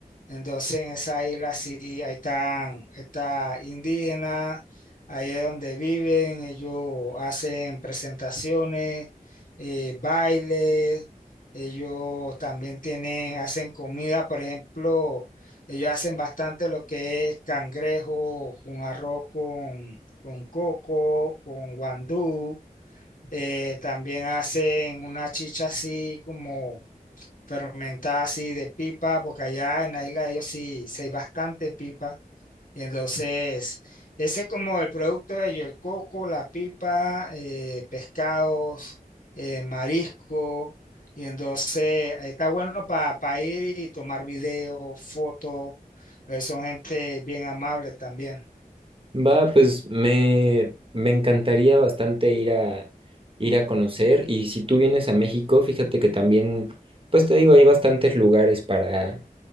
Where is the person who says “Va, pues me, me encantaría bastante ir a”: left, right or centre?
Right